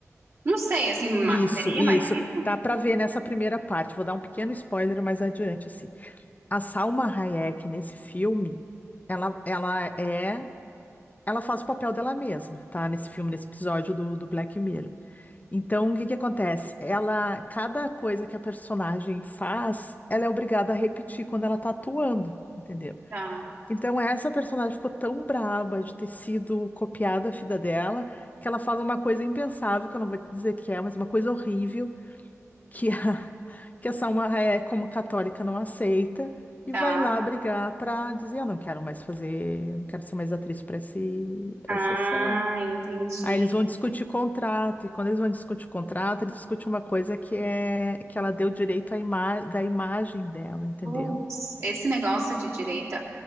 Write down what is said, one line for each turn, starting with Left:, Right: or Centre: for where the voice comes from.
Right: não sei, assim, ma-
Left: Isso,
Right: seria
Left: isso.
Right: mais isso?
Left: Dá pra ver nessa primeira parte. Vou dar um pequeno spoiler mais adiante, assim. A Salma Hayek nesse filme, ela, ela é, ela faz o papel dela mesma, tá? Nesse filme, nesse episódio do, do Black Mirror. Então, o que que acontece? Ela, cada coisa que a personagem faz, ela é obrigada a repetir quando ela tá atuando, entendeu?
Right: Tá,
Left: Então, essa personagem ficou tão braba de ter sido copiada a vida dela, que ela faz uma coisa impensável, que eu não vou te dizer que é, mas uma coisa horrível que a, <laughs> que a Salma é como católica não aceita e
Right: tá.
Left: vai lá brigar para dizer eu não quero mais fazer, não quero ser mais atriz para esse para
Right: Ah,
Left: essa série.
Right: entendi.
Left: Aí eles vão discutir o contrato e quando eles vão discutir o contrato, eles discutem uma coisa que é que ela deu direito à ima da imagem dela, entendeu?
Right: Putz, esse negócio de direita